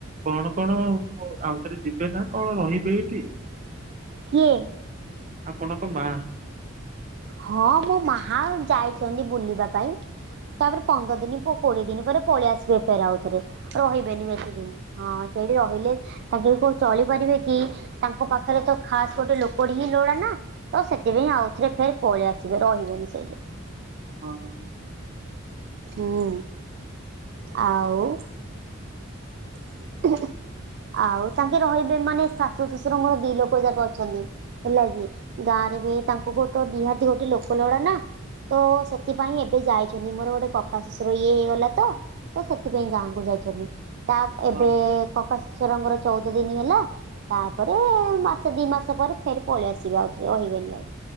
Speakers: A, on the right; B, on the right.
A: କଣ କଣ ଆଉ ଥରେ ଯିବେ ନା କଣ ରହିବେ ଏଇଠି?
B: କିଏ?
A: ଆପଣ ଙ୍କ ମା।
B: ହଁ ମୁଁ ମାହା ଯାଇଚନ୍ତି ବୁଲିବା ପାଇଁ। ତାପରେ ପନ୍ଦର ଦିନ କୋଡିଏ ଦିନ ପରେ ପଳେଇ ଆସିବେ ଫେରେ ଆଉଥରେ ରହିବେନି ବେଶୀ ଦିନ। ହଁ ସେଇଠି ରହିଲେ ତାଙ୍କେ କଣ ଚଳିପାରିବେ କି ତାଙ୍କ ପାଖରେ ତ ଖାସ ଗୋଟେ ଲୋକଟି ହିଁ ଲୋଡ଼ା ନା ତ ସେଥିପାଇଁ ଆଉ ସେଥିରେ ଫେରେ ପଳେଇ ଆସିବେ ରହିବେନି ସେଇଠି।
A: ହଁ।
B: ହୁଁ ଆଉ। <inaudible> ଆଉ ତାଙ୍କେ ରହିବେ ମାନେ ଶାଶୁ ଶ୍ୱଶୁର ମୋର ଦି ଲୋକ ଯାକ ଅଛନ୍ତି ହେଲା କି ଗାଁ ନିହାତି ଗୋଟେ ଲୋକ ଲୋଡ଼ା ନା ତ ସେଥିପାଇଁ ଏବେ ଯାଇଛନ୍ତି ମୋର ଗୋଟେ କ କା ଶଶୁର ଇଏ ହେଇଗଲା ତ ତ ସେଥିପାଇଁ ଗାଁକୁ ଯାଇଚନ୍ତି। ଏବେ
A: ହଁ
B: କକା ଶ୍ୱଶୁରଙ୍କର ଚଉଦ ଦିନ ହେଲା ତାପରେ ମାସେ ଦି ମାସ ପରେ ଫେରେ ପଳେଇ ଆସିବେ ଆଉ ଥରେ ରହିବେନି ଆଉ।